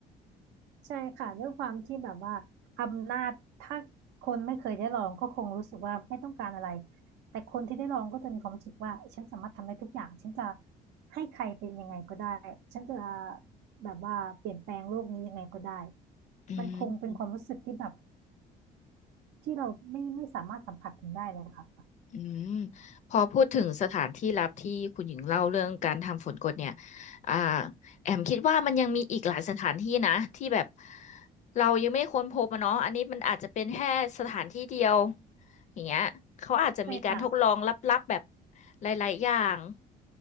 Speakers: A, on the right; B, on the left.
A: ใช่ค่ะด้วยความที่แบบว่าอำนาจถ้าคนไม่เคยได้ลองก็คงรู้สึกว่าไม่ต้องการอะไรแต่คนที่ได้ลองก็จะมีความรู้สึกว่าฉันสามารถทำได้ทุกอย่างฉันจะให้ใครเป็นยังไงก็ได้ฉันจะแบบว่าเปลี่ยนแปลงโลกนี้ยังไงก็ได้
B: อื
A: มันคงเป็นความรู้สึกที่แบบ
B: ม
A: ที่เราไม่ไม่สามารถสัมผัสถึงได้เลยค่ะ
B: อืมพอพูดถึงสถานที่ลับที่คุณหญิงเล่าเรื่องการทำฝนกดเนี่ยอ่าแอมคิดว่ามันยังมีอีกหลายสถานที่นะที่แบบเรายังไม่ค้นพบอะเนาะอันนี้มันอาจจะเป็นแค่สถานที่เดียวอย่างเงี้ยเขาอาจจะมีการทดลองลับๆแบบ
A: ใช่ค่ะ
B: หลายๆอย่าง